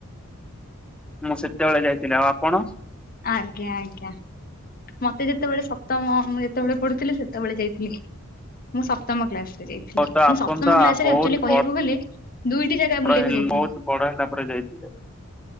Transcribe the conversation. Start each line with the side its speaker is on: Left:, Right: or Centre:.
Centre: ମୁଁ ସେତେବେଳେ ଯାଇଥିଲି ଆଉ ଆପଣ?
Left: ଆଜ୍ଞା ଆଜ୍ଞା ମତେ ଯେତେବେଳେ ସପ୍ତମ ମୁଁ ଯେତେବେଳେ ପଢୁଥିଲି ସେତେବେଳେ ଯାଇଥିଲି ମୁଁ ସପ୍ତମ କ୍ଲାସରେ ଥିଲ
Centre: ହଉ ତ
Left: ମୁଁ
Centre: ଆପଣ
Left: ସପ୍ତମରେ
Centre: ତ ବହୁତ
Left: ଆକଚୁଲି କହିବାକୁ
Centre: ବଡ
Left: ଗଲେ ଦୁଇଟି ଜାଗା ବୁଲିବାକୁ
Centre: ହେଲେ
Left: ଯାଇଥିଲି
Centre: ବହୁତ ବଡ ହେଲା ପରେ ଯାଇଥିଲେ